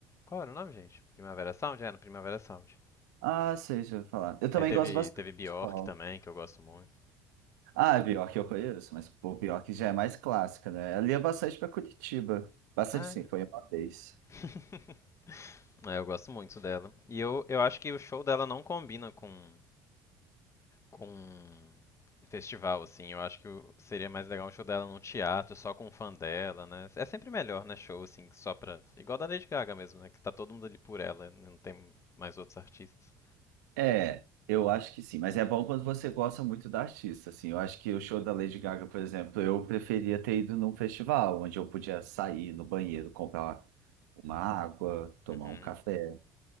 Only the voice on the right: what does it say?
Ah, sei, deixa eu falar. Eu também
gosto bastante
do
pessoal.
Ah, a Bjork eu conheço, mas pô, Bjork já é mais clássica, né? Ela ia bastante pra Curitiba. Bastante
sim, foi uma vez.
É, eu acho que sim, mas é bom quando você gosta muito da artista, assim. Eu acho que o show da Lady Gaga, por exemplo, eu preferia ter ido num festival, onde eu podia sair no banheiro, comprar uma água, tomar
um café,